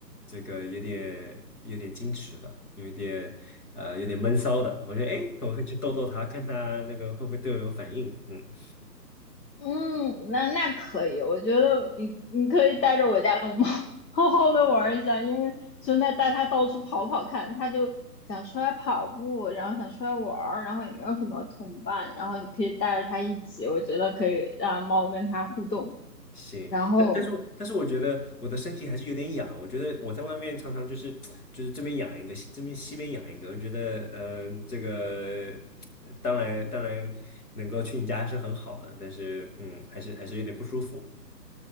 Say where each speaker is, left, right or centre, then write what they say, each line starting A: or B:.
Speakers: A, on the left (about 60°); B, on the left (about 80°).
A: 这个有点有点矜持的，有一点呃有点闷骚的，我觉得哎，我会去逗逗他，看他那个会不会对我有反应，嗯。
B: 嗯，那那可以，我觉得你你可以带着我家龙猫 <laughs> 好好的玩一下，因为就带带它到处跑跑看，它就想出来跑步，然后想出来玩儿，然后也没有什么同伴，然后你可以带着它一起，我觉得可以让猫跟它互动。
A: 行，
B: 然后，
A: 但但是我但是我觉得我的身体还是有点痒，我觉得我在外面常常就是就是这边痒一个，这边西边痒一个，我觉得呃这个当然当然能够去你家是很好的，但是嗯还是还是有点不舒服，